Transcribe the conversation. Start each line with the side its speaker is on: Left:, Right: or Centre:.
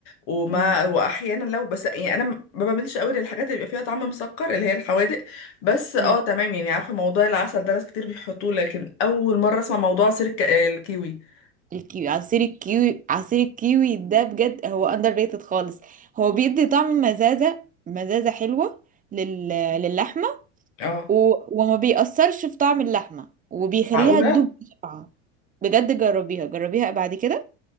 Left: ومع
Right: مم.
Left: واحيانا لو بس يعني انا م- ما بعملش قوي للحاجات اللي بيبقى فيها طعم مسكر اللي هي الحوادق بس اه
Right: مم.
Left: تمام يعني عارفه موضوع العسل ده ناس كتير بيحطوه لكن اول مره اسمع موضوع عصير الك- الكيوي
Right: الكيوي عصير الكيوي عصير الكيوي ده بجد هو اندر ريتد خالص هو بيدي طعم مزازة مزازة حلوة لل... للحمة
Left: اه
Right: و... وما بيأثرش في طعم اللحمة وبيخليها
Left: معقوله
Right: تدوب بسرعة بجد جربيها جربيها بعد كده